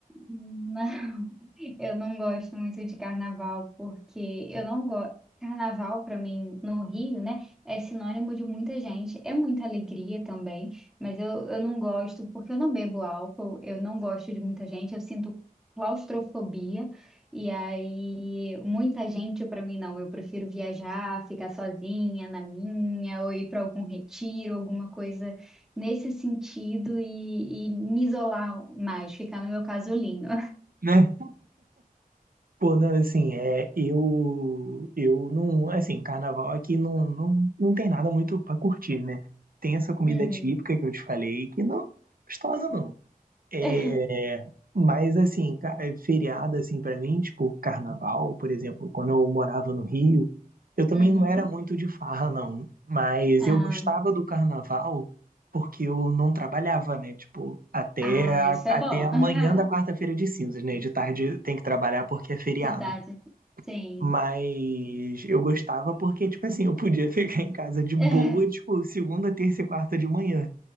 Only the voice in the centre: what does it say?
Uhum. Eu não gosto muito de carnaval porque eu não gosto. Carnaval, pra mim, no Rio, né, é sinônimo de muita gente, é muita alegria também, mas eu, eu não gosto porque eu não bebo álcool, eu não gosto de muita gente, eu sinto claustrofobia, e aí muita gente pra mim não, eu prefiro viajar, ficar sozinha na minha, ou ir pra algum retiro, alguma coisa nesse sentido e, e me isolar mais, ficar no meu casulinho. <laughs>
Uhum.
<laughs>
Uhum.
Ah,
ah,
isso é
bom.
<laughs>
De tarde, sim.
<laughs>